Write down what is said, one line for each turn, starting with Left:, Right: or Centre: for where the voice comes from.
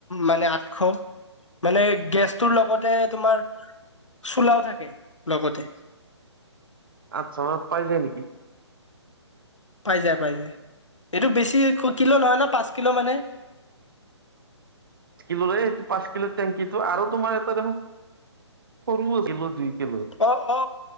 Left: মানে আঠশ। মানে গেছটোৰ লগতে তোমাৰ চোলাও থাকে লগতে।
Right: আঠশ মানত পায় যায় নেকি?
Left: পাই যায় পাই যায়। এইটো বেছি কিলো নহয় ন পাঁচ কিলো মানে।
Right: কিলো ৰে পাঁচ কিলো টেংকিটো আৰু তোমাৰ এটা দেখোন সৰু কিলো দুই কিলো
Left: অ অ